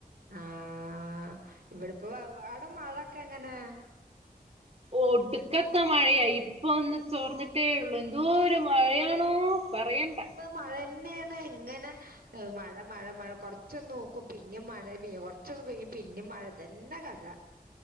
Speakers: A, on the right; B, on the right.
A: ആഹ് ഇവിടെപ്പൊ അവടെ മഴൊക്കെങ്ങനെ
B: ഒട്ക്കത്ത മഴയായി ഇപ്പന്ന് ചോർന്നിട്ടേയുള്ളു. എന്തോരു മഴയാണോ... പറയണ്ട
A: മഴന്നേണ് ങ്ങനെ മഴ മഴ മഴ കുറചൊന്നോ ർക്കും പിന്നേം മഴ പെയ്യ കൊറ ച്ചൊക്ക് പെയ്യും പിന്നെ മഴതന്നെ കഥ